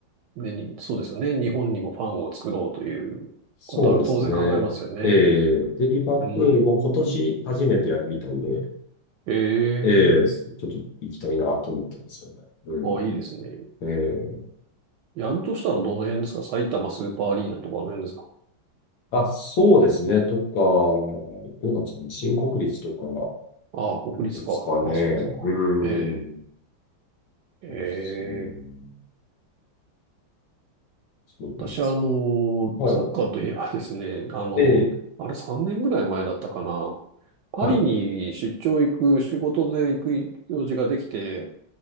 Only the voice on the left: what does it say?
そうですね。ええで、リバプールも今年初めてやるみたいで、
ええちょっと行きたいなと思ってるんですよね。うん。
ええ
あ、そうですね。とか、どうなんですかね。新国立とか
ですかね。
うん。
ですね。そうなんです
よ。はい。
ええ
はい。